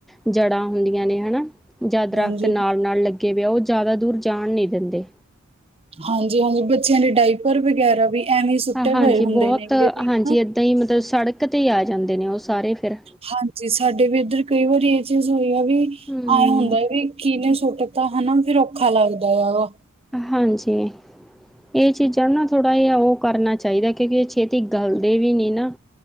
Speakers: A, in the centre; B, on the right (about 25°).
A: ਜੜ੍ਹਾਂ ਹੁੰਦੀਆਂ ਨੇ ਹਨਾ ਜਾਂ ਦਰੱਖਤ
B: ਹਾਂਜੀ
A: ਨਾਲ -ਨਾਲ ਲੱਗੇ ਵੇ ਆ ਉਹ ਜ਼ਿਆਦਾ ਦੂਰ ਜਾਣ ਨੀ ਦਿੰਦੇ
B: ਹਾਂਜੀ-ਹਾਂਜੀ ਬੱਚਿਆਂ ਦੇ ਡਾਈਪਰ ਵਗੈਰਾ ਵੀ ਐਵੇਂ ਹੀ ਸੁੱਟੇ
A: ਹਾਂਜੀ
B: ਪਏ ਹੁੰਦੇ
A: ਬਹੁਤ
B: ਨੇਗੇ ਵੀ
A: ਹਾਂਜੀ
B: ਨਾ
A: ਏਦਾਂ ਹੀ ਮਤਲਬ ਸੜਕ ਤੇ ਹੀ ਆ ਜਾਂਦੇ ਨੇ ਉਹ ਸਾਰੇ ਫਿਰ
B: ਹਾਂਜੀ ਸਾਡੇ ਵੀ ਇੱਧਰ ਕਈ ਵਾਰੀ ਇਹ ਚੀਜ਼ ਹੋਈ ਆ ਵੀ
A: ਹੂੰ
B: ਆਏ ਹੁੰਦਾ ਵੀ ਕੀਹਨੇ ਨੇ ਸੁੱਟਤਾ ਹਨਾ ਫੇਰ ਔਖਾ ਲੱਗਦਾ ਹੈਗਾ
A: ਹਾਂਜੀ। ਇਹ ਚੀਜ਼ਾਂ ਨੂੰ ਨਾ ਥੋੜ੍ਹਾ ਜਿਹਾ ਉਹ ਕਰਨਾ ਚਾਹੀਦਾ। ਕਿਉਂਕਿ ਇਹ ਛੇਤੀ ਗਲਦੇ ਵੀ ਨੀ ਨਾ